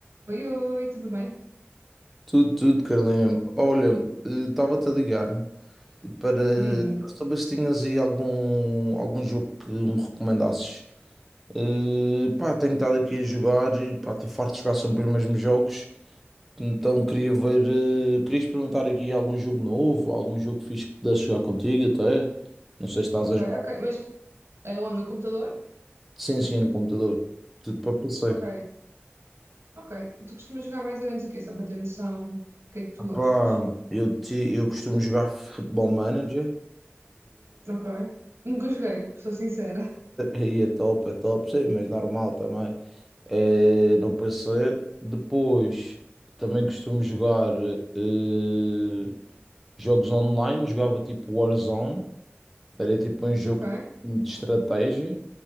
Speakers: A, on the right; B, in the centre.
A: Oi, oi, tudo bem?
B: Tudo, tudo, Carolina. Olha, eh, estava-te a ligar para
A: Diz-me.
B: saber se tinhas aí algum, algum jogo que me recomendasses. Eh, pá, tenho estado aqui a jogar e pá, estou farto de jogar sempre os mesmos jogos. Então queria ver, eh, queria experimentar aqui algum jogo novo, algum jogo fixe que pudesse jogar contigo até. Não sei se estás
A: Ok,
B: a jogar.
A: ok, mas é onde? No computador?
B: Sim, sim, no computador. Tudo para PC.
A: Ok, ok. Tu costumas jogar mais ou menos o quê? Só para ter noção do que é que tu
B: Ah, Pá,
A: gostas.
B: eu, ti- eu costumo jogar Football Manager.
A: Ok. Nunca joguei, sou sincera.
B: E é top, é top, sim, mas normal também. É, no PC. Depois também costumo jogar eh, jogos online. Jogava tipo Warzone, era tipo um jogo
A: Ok.
B: de estratégia.